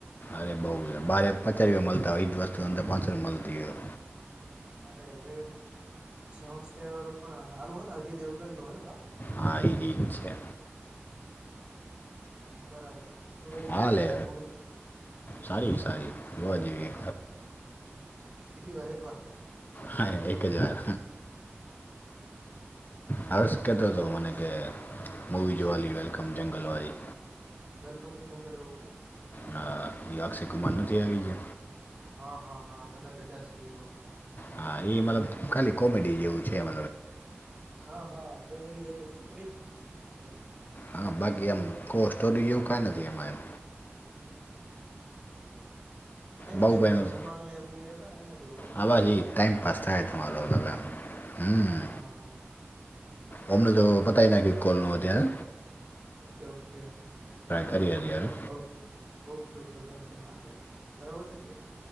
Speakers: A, on the left; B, on the right.
A: અરે બઉ ભારે પચાસ રૂપિયા મળતા હોય એજ વસ્તુ અંદર પાંચસો રપિયા મળતી હોય
B: અરે રરે સેવન સ્કઈ વાળું પણ આનું હો ને અજીય દેવું ગ નનેા
A: હા એ રીત છે
B: બરાબર તો ભાઈ કેવીક
A: હા લે
B: લાગી મુવી
A: સારી સારી જોવા જઈવીએ
B: કેટલી વાર એક વાર
A: હા એક હજાર હર્ષ કહેતો
B: બીજી
A: હતો
B: વાર
A: મને કે મૂવી
B: શું
A: જવાલી વેલ્કમ જંગલવાી
B: વેલકમ ટુ જંગલ એવું
A: હા એ અક્ષય કુમાર
B: હા
A: નથી આવી છે
B: હા હા હા બધા ભેગા છે એ બ
A: હા એ મતલબ ખાલી કોમેડી જેવું છેલમ
B: હા હા કોમેડી જેવું જ કોમેડી જ મવી છે ને બિલકુલ.
A: હા બાકી એમ કો સોરી જેવું કઈ નથી એ એમ.
B: હમ હમ હમ હ બરાબર. એના
A: બહુ
B: જેવું
A: ભાઈ
B: ધમાલને એવું મુવી હતા ને એના જેવું એમ
A: આવાથી ટાઈમપાસ થાય તમારો
B: કોમેડી.
A: અલગ એમ હમ
B: હા હા હા.
A: અમને
B: બરાબર
A: તો પતાય નાખ્યું કોલ નું ત્યારે.
B: ઓકે ઓકે
A: કરીએ
B: ઓકે
A: અત્યારે
B: ઓકે ઓકે કઈ કઈ વાંધો નહી. બરાબર થઈ ગયું